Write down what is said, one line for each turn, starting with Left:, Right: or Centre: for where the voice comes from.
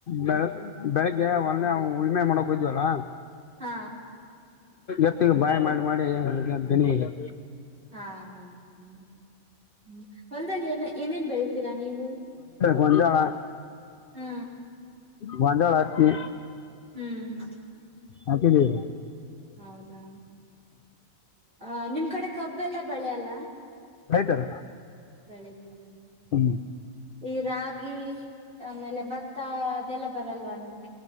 Left: ಬೆಳ ಬೆಳಿಗ್ಗೆ ಒಂದನೆ ಉಳಮೆ ಮಾಡಕ್ ಹ್ದವಲ್ಲ
Right: ಹಾ
Left: ಎತ್ತಿಿಗೆ ಬಾಯ ಮಾಡಿ ಮಾಡಿನ
Right: ಹಾ ಹೌ ಹ್ಮ ಹೊಲ್ದಲ್ಲಿ ಏ ಏನೇನ್ ಬೆಳತೀರಾ ನೀ ನೀವು
Left: ಬಜಾಳ
Right: ಹಾ
Left: ಬಜಳ ಹಕ್ಕೆ
Right: ಹ್ಮ್
Left: ಹತಿದ್ದೀವೀ
Right: ಹೌದಾ ಆ ನಿಮ್ ಕಡೆ ಕಬ್ಬೆಲ್ಲ ಬೆಳೆಲ್ಲ
Left: ಆಯ್ತಾರ
Right: ಬೆಳಗೆ
Left: ಹ
Right: ಈ ರಾಗಿ ಆಮೇಲೆ ಭತ್ತ ಅದೆಲ್ಲ ಬರಲ್ವಾ ನಿಮ್ಗೆ